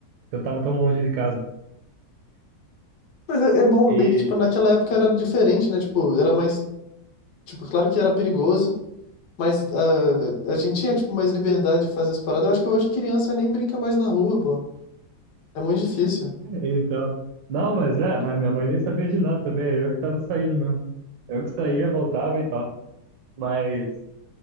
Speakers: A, on the right (about 80°); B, on the left (about 60°).
A: que eu tava tão longe de casa.
B: Mas é, é bom
A: E,
B: ver que, tipo, naquela época era diferente, né? Tipo, era mais... Tipo, claro que era perigoso, mas ah, a gente tinha, tipo, mais liberdade de fazer as paradas. Eu acho que hoje criança nem brinca mais na rua, pô. É muito difícil.
A: então. Não, mas é, mas minha mãe nem sabia de nada também. é Eu que tava saindo mesmo. Eu que saía, voltava e tal. Mas,